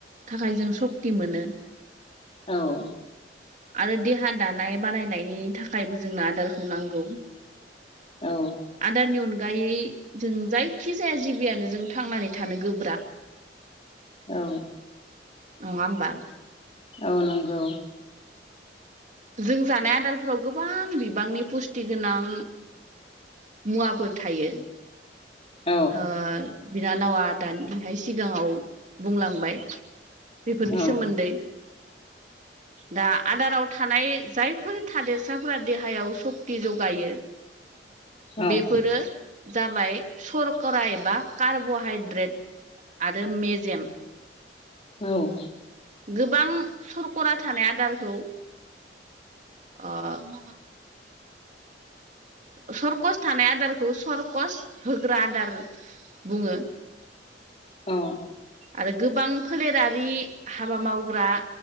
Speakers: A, on the right; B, on the left.
A: थाखाय जों सक्ति मोनो।
B: औ।
A: आरो देहा दानाय बारानायनायनि थाखायबो जोंनो आदारखौ नांगौ।
B: औ।
A: आदारनि अनगायै जों जायखि जाया जिबियानो जों थांनानै थानो गोब्राब। <inaudible>
B: औ।
A: नङा होमबा?
B: औ नंगौ।
A: जों जानाय आदारफोराव गोबां बिबांनि पुस्टि गोनां मुवाफोर थायो
B: औ
A: ओ बिनानावा दानिहाय सिगाङाव बुंलांबाय। बेफोरनि
B: औ
A: सोमोन्दै दा आदाराव थानाय जायफोर थादेरसाफोरा देहायाव सक्ति जगायो
B: औ
A: बेफोरो जाबाय सरकरा एबा कार्ब'हाइद्रेट आरो मेजेम।
B: औ।
A: गोबां सरका थानाय आदारखौ अ- सरकस थानाय आदारखौ सरकस होग्रा आदार बुङो।
B: औ।
A: आरो गोबां फोलेरारि हाबा मावग्रा